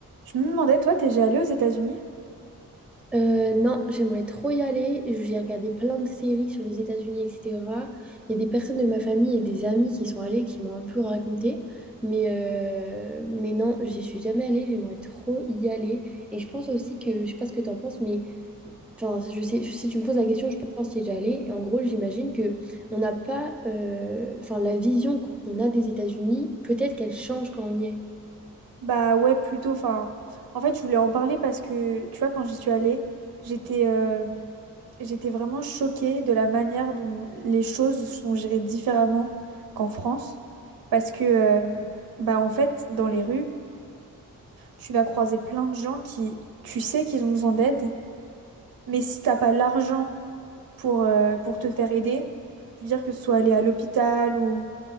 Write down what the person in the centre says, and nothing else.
Euh, non, j'aimerais trop y aller. J'ai regardé plein de séries sur les États-Unis, etc. Il y a des personnes de ma famille et des amis qui sont allés, qui m'ont un peu raconté. Mais, euh, mais non, j'y suis jamais allée. J'aimerais trop y aller. Et je pense aussi que, je sais pas ce que tu en penses, mais enfin, je sais, si tu me poses la question, je pense y déjà allée. Et en gros, j'imagine que on n'a pas, euh, enfin, la vision qu'on a des États-Unis, peut-être qu'elle change quand on y est.